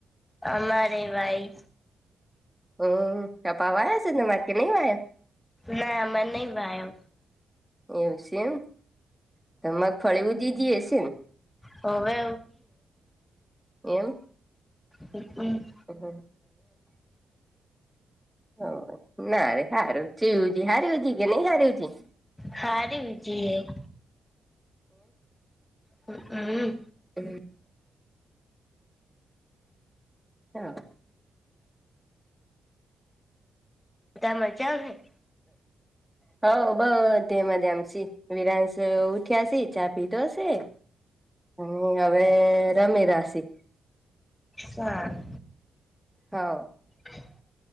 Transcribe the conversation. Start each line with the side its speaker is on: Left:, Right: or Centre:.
Left: અમારે ભાઈ.
Centre: હમ કપા વાયા છેધ મા કે નહી વાયા.
Left: ના આમાં નહી ભાઈ.
Centre: એવું છે એમ. તો મગ ફળવું દી જ હશે ને
Left: હવે
Centre: એમ
Left: હ હમ
Centre: હ હ. હ ના ર હારજી હાર્યુંજી કે નહી હાર્યું.
Left: સારીજી હમ.
Centre: એ. હા.
Left: ઉ ત મરજા ભાઈ
Centre: હ બધે મજામા સી વિરામસુ ઉઠ્યાસી ચા પીધો છે અને હવે રમેલાસી.
Left: સારુ.
Centre: હા.
Left: હ.